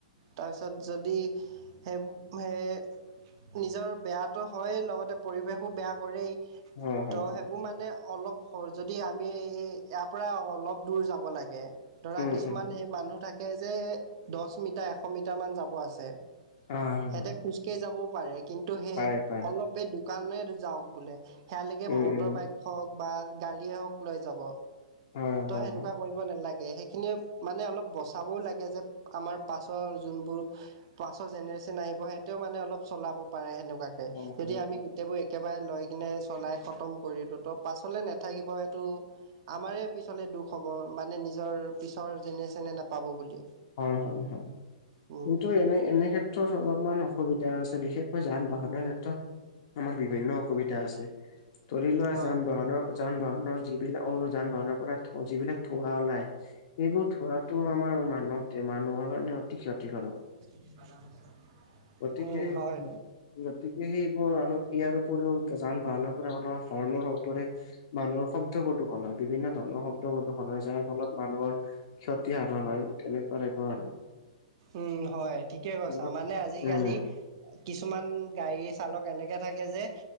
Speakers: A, on the right; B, on the left.
A: তাৰপিছত যদি সেইব হে নিজৰ বেয়াটো হয়ে লগতে পৰিৱেশো বেয়া কৰেই।
B: হয় হয়
A: ত
B: হয়
A: সেইবোৰ মানে অলপ হৰ যদি আমি ইয়াৰ পৰা অলপ দূৰ যাব লাগে, ধৰা
B: উম
A: কিছুমান
B: উম
A: সেই মানুহ থাক কে যে দছ মিটাৰ এশ মিটাৰ মান যাব আছে।
B: হয়
A: সেতে
B: হয়
A: খোজকাঢ়ি যাবও পাৰে কিন্তু সেই
B: পাৰে পাৰে
A: অলপ এই দোকানে যাওক বোলে। সেয়ালেকে
B: উম
A: মটৰ
B: উম
A: বাইক হওক বা গাড়ীয়ে হওক লৈ যাব।
B: হয় হয়
A: ত সেনেকুৱা
B: হয়
A: কৰিব নালাগে সেইখিনি মানে অলপ বচাবও লাগে যে আমাৰ পাছৰ যোনবোৰ পাছৰ জেনেৰেচন আহিব হেতেও মানে অলপ চলাব পাৰে সেনুক। কুৱাকে
B: হয় হয়
A: যদি
B: হয়
A: আমি গোটেইবোৰ এক কেবাৰে লৈ কিনে চলাই খতম কৰিতো তো পাছলৈ নাথাকিব এইটো আমাৰে দুখ হ'ব, মানে নিজৰ পিছৰ জেনেৰেচনে নাপাব বুলি।
B: হয়, হয়, হয়,
A: উম
B: কিন্তু এনে, এনে ক্ষেত্ৰত ত, অলপমান অসুবিধা আছে, বিশেষকৈ যান-বাহনৰ ক্ষেত্ৰত আমাৰ বিভিন্ন অসুবিধা আছে, ধৰি লোৱা
A: হয়
B: যান-বাহনৰ যান-বাহনৰ যিবিলাক <unintelligible> যান-বাহনৰ পৰা যিবিলাক ধুৱা ওলায় এইবোৰ ধোৱাটো আমাৰ মানুহ, মানুহৰ কাৰণে অতি ক্ষতিকাৰক।
A: <inaudible>
B: গতিকে
A: হয়
B: গতিকে সেইবোৰ আৰু ইয়াৰ উপৰিও যান-বাহনৰ পৰা ওলোৱা হৰ্ণৰ শব্দৰে মানুহৰ শব্দ প্ৰদূষণ হয়। বিভিন্ন ধৰণৰ শব্দ প্ৰদূষণ হয়, যাৰ ফলত মানুহৰ ক্ষতিসাধন হয়, তেনেকোৱা টাইপৰ আৰু।
A: উম, হয়, ঠিকে কৈছা।
B: উম
A: মানে আজিকালি
B: উম
A: কিছুমান গাড়ী চালক এনেকে থাকে যে